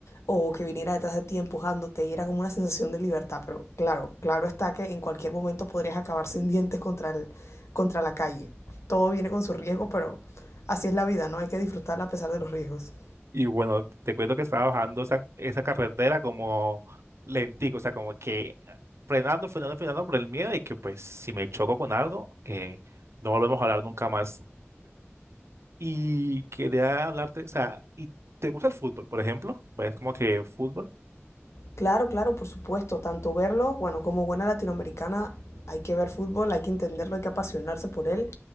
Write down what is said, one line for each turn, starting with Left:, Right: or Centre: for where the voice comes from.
Left: o que viniera detrás de ti empujándote y era como una sensación de libertad. Pero claro, claro está que en cualquier momento podrías acabar sin dientes contra, el, contra la calle. Todo viene con su riesgo, pero Así es la vida, ¿no? Hay que disfrutarla a pesar de los riesgos.
Right: Y bueno, te cuento que estaba bajando esa, esa carretera como lentico, o sea, como que frenando, frenando, frenando por el miedo de que pues si me choco con algo, eh, no volvemos a hablar nunca más. Y quería hablarte, o sea, ¿y te gusta el fútbol, por ejemplo? ¿Ves como que fútbol?
Left: Claro, claro, por supuesto. Tanto verlo, bueno, como buena latinoamericana, hay que ver fútbol, hay que entenderlo, hay que apasionarse por él.